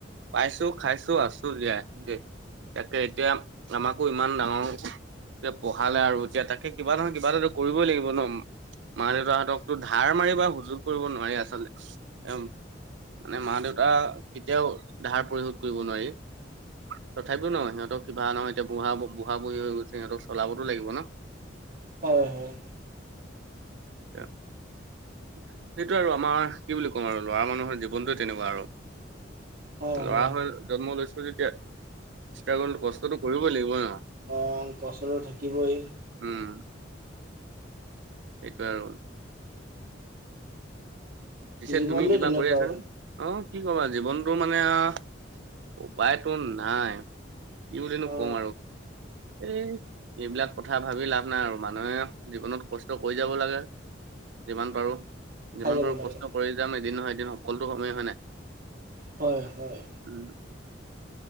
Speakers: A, on the right (about 70°); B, on the right (about 50°).
A: পাইছো খাইছো আছোঁ জীয়াই, তাকে এতিয়া আমাকো ইমান ডাঙৰ লৈকে পঢ়ালে আৰু এতিয়া তাকে কিবা নহয় কিবা এটা কৰিবই লাগিব ন, মাঁ দেউতাহঁতক তোৰ ধাৰ মাৰি বা সুজুগ কৰিব নোৱাৰি আচলতে। মানে মাঁ দেউতাৰ কেতিয়াও ধাৰ পৰিশোধ কৰিব নোৱাৰি। তথাপিও ন সিহঁতক কিবা নহয় এতিয়া বুঢ়া বঢ়ী হৈ গৈছে সিহঁতক চলাবতো লাগিব ন।
B: হয় হয়।
A: <inaudible> সেইটো আৰু আমাৰ কি বুলি ক'ম আৰু ল'ৰা মানুহৰ জীৱনটোয়ে তেনেকুৱা আৰু।
B: হয়
A: ল'ৰা
B: হয়
A: হৈ জন্ম লৈছো যেতিয়া ষ্ট্ৰাগুল কষ্টটো কৰিবই লাগিব ন।
B: অ', কষ্টটো থাকিবই।
A: উম, সেইটোৱেই আৰু। পিছে
B: জীৱনটো
A: তুমি কিবা
B: তেনেকুৱা
A: কৰি আছা নে? অঁ কি ক'বা জীৱনটো মানে আৰু উপায়টো নাই কি বুলিনো
B: অ
A: কম আৰু এ এইবিলাক কথা ভাবি লাভ নাই আৰু মানুহে জীৱনত কষ্ট কৰি যাব লাগে। যিমান পাৰোঁ
B: খাই
A: যিমান
B: যাব
A: পাৰোঁ
B: লাগে
A: কষ্ট কৰি যাম এদিন নহয় এদিন সফলতো হমেই, হয় নাই?
B: হয় হয়।
A: উম।